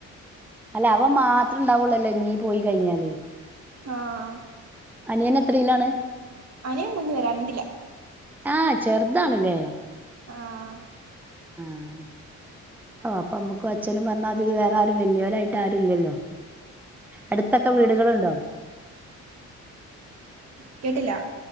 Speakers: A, in the centre; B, on the right (about 55°).
A: അല്ലെ അവം മാത് അത്ര ഇണ്ടാവൊള്ളൊല്ലെ നീ പോയി കഴിഞ്ഞാല്
B: ആഹ്
A: അനിയൻ എത്രീലാണ്
B: അനിയൻ കുഞ്ഞുവരാ രണ്ടിലാ
A: ആഹ് ചെറുതാണ്ല്ലേ
B: ആഹ്
A: അഹ് അപ്പൊ അമ്മക്കും അച്ഛനും പറഞ്ഞാതിരി വേറെആരും വെല്യോരായിട്ട് ആരു ഇല്ലല്ലോ അടുത്തൊക്കെ വീടുകളുണ്ടോ
B: ക്കേട്ടില്ല